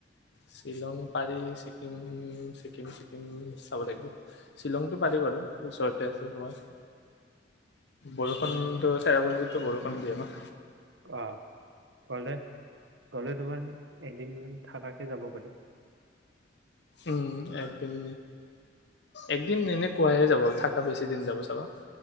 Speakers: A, on the left (about 65°); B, on the right (about 70°).
A: শ্বিলং পাৰি চিকিম ছিকিম চিকিম চাব লাগিব শ্বিলংতটো পাৰি বাৰু ওচৰতে আছে তোমাৰ বৰষুণটো চেৰাপঞ্জিতো বৰষুণ দিয়ে ন
B: অ কলে ক'লে তোমাৰ এদিনমান থকাকে যাব পাৰি
A: উম একদিন একদিন এনে কোৱে যাব থাকা বেছি দিন যাব চাবা